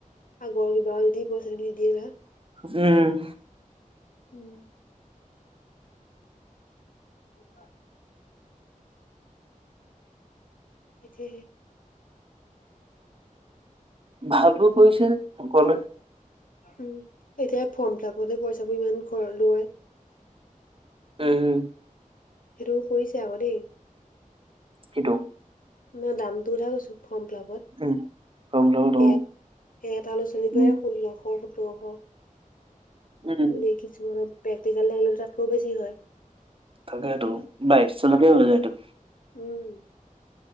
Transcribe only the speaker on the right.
উম।
ভাল বোৰ কৰিছে অকলে
উম।
কিইটো।
উম। গৰম লগত অ',
উম,
উম,
তাকেটো বাইিৰ চলতিয় ওলাই যায়টো।